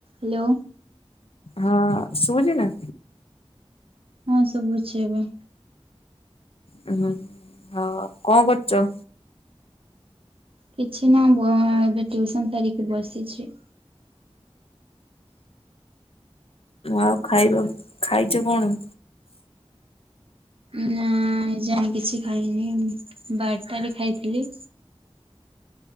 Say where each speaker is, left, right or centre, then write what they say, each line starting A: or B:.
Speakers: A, on the right; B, on the left.
A: Hello.
B: ହଁ ଶୁଭୁଚି ନା?
A: ହଁ ଶୁଭୁଚି ଏବେ।
B: ହୁଁ ହଉ ଆଉ କଣ କରୁଛ?
A: କିଛି ନୁହ ବ ଏବେ ଟିଉସନ ସାରିକି ବସିଛି।
B: ଆଉ ଖାଇବ ଖାଇଛୁ କଣ?
A: ନା ଏ ଯାଏଁ କିଛି ଖାଇନି ବାରଟାରେ ଖାଇଥିଲି।